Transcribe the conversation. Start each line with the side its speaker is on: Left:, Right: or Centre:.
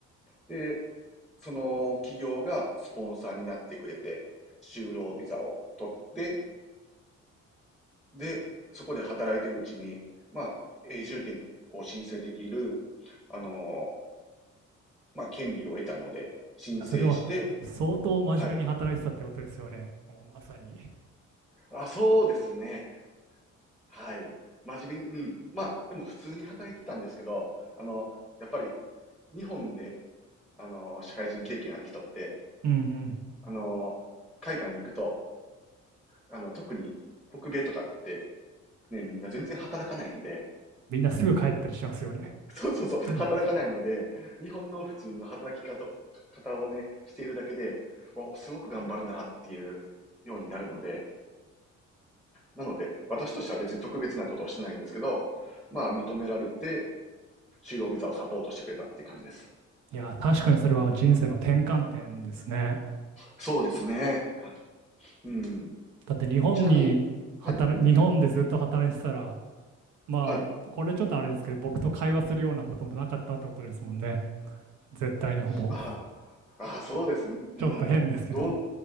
Centre: で、その企業がスポンサーになってくれて、就労ビザを取って、で、そこで働いてるうちに、まあ、永住権を申請できる、あのーまあ、権利を得たので、申請して、
Right: いや、それは相当真面目に働いてたってことですよね。
Centre: はい。
Right: もうまさに。
Centre: あ、そうですね。はい。真面目に、うん。まあ、でも普通に働いてたんですけど、あの、やっぱり日本で、あの、社会人経験ある人って、
Right: うんうん。
Centre: あの、海外に行くと、あの、特に北米とかって、ね、みんな全然働かないので、
Right: みんなすぐ帰ったりしますよね。
Centre: <laughs> そうそうそう、
Right: もう
Centre: 働かないので、日本の普通の働き方を、方をね、しているだけで、お、すごく頑張るなっていうようになるので、なので、私としては別に特別なことをしてないんですけど、まあ認められて、就労ビザをサポートしてくれたっていう感じです。
Right: いや、確かにそれは人生の転換点ですね。
Centre: そうですね。あうん。
Right: だって日本に働い、
Centre: ちなみに、はい、うん、
Right: 日本でずっと働いてたら、まあ、
Centre: はい。
Right: これちょっとあれですけど、僕と会話するようなこともなかったってことですもんね。絶対にほぼ。
Centre: あ、あ、そうですね。うん。
Right: ちょっと変ですけど。
Centre: どう、